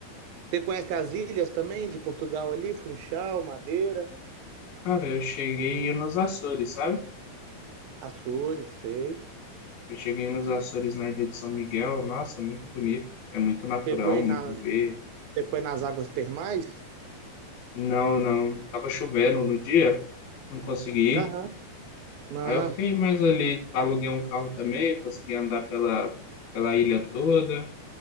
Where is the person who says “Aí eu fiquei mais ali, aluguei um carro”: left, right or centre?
Left